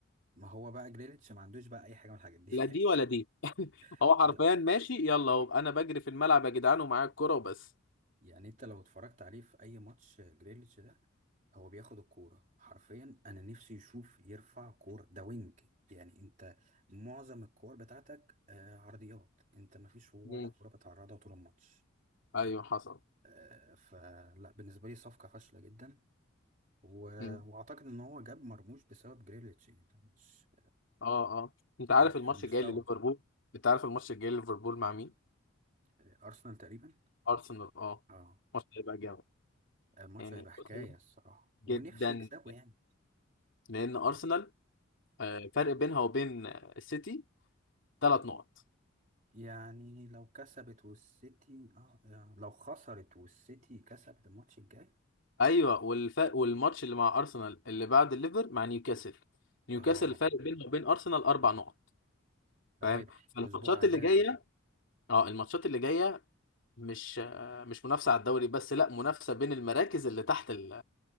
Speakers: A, on the right; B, on the left.
A: ما هو بقى جريليتش ما عندوش بقى اي حاجه من الحاجات دي
B: لا دي ولا دي <laughs> هو
A: <laughs>
B: حرفيا ماشي يلا هو انا بجري في الملعب يا جدعان ومعايا الكرة وبس
A: يعني انت لو اتفرجت عليه في اي ماتش جريليتش ده هو بياخد الكورة حرفيا انا نفسي يشوف يرفع كورة ده وينج يعني انت معظم الكور بتاعتك آه، عرضيات انت مفيش ولا
B: مم.
A: كورة بتعرضها طول الماتش
B: ايوه حصل
A: آه، فلا بالنسبة لي صفقة فاشلة جدا و...
B: مم.
A: واعتقد ان هو جاب مرموش بسبب جريليتش يعني مش
B: اه اه انت عارف
A: مش
B: الماتش
A: في المستوى
B: الجاي لليفربول
A: ده.
B: انت عارف الماتش الجاي لليفربول مع مين
A: آه، ارسنال تقريبا
B: ارسنال اه
A: اه
B: الماتش هيبقى جامد
A: آه، الماتش
B: يعني
A: هيبقى حكاية
B: أرسنال
A: الصراحة ونفسي
B: جدا
A: يكسبه يعني
B: لان ارسنال آه، فرق بينها وبين آه، السيتي ثلاث نقط
A: يعني لو كسبت والسيتي اه يعني لو خسرت والسيتي كسبت الماتش الجاي
B: ايوه والفرق والماتش اللي مع ارسنال اللي بعد الليفر مع نيوكاسل نيوكاسل
A: اه
B: الفرق بينها وبين ارسنال اربع نقط
A: ده
B: فاهم
A: ده يبقى
B: فالماتشات
A: اسبوع عذاب
B: اللي جايه
A: ده
B: اه الماتشات اللي جايه مش مش منافسه على الدوري بس لا منافسه بين المراكز اللي تحت ال...